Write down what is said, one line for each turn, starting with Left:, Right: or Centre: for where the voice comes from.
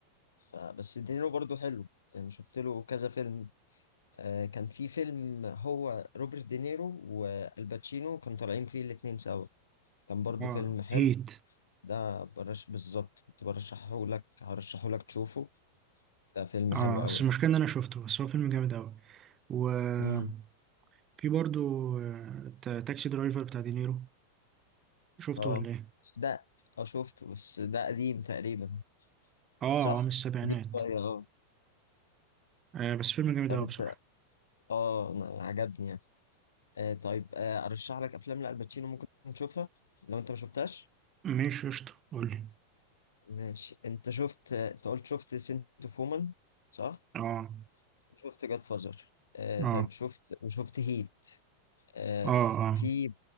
Left: فبس دينيرو برضو حلو يعني شفت له كذا فيلم آه كان في فيلم هو روبرت دينيرو والباتشينو كانوا طالعين فيه الاتنين سوا كان برضو
Right: اه
Left: فيلم حلو
Right: هيت
Left: ده برش بالظبط كنت برشحه لك هرشحه لك تشوفه ده فيلم
Right: اه
Left: حلو قوي
Right: بس المشكله ان انا شفته بس هو فيلم جامد قوي وفي
Left: امم
Right: برضو آه، تا- تاكسي درايفر بتاع دينيرو شفته
Left: اه
Right: ولا ايه
Left: بس ده اه شفته بس ده قديم تقريبا
Right: اه
Left: صح
Right: هو من السبعينات
Left: قديم شويه اه
Right: آه بس فيلم جامد
Left: طب
Right: قوي
Left: انت
Right: بصراحه
Left: اه أنا عجبني آه طيب آه ارشح لك افلام لالباتشينو ممكن تشوفها لو انت ما شفتهاش
Right: ماشي قشطه قول لي
Left: ماشي انت شفت آه، انت قلت شفت سنت اوف وومن صح
Right: اه
Left: وشفت جاد فازر آه
Right: اه
Left: طيب شفت وشفت هيت آه
Right: اه اه
Left: في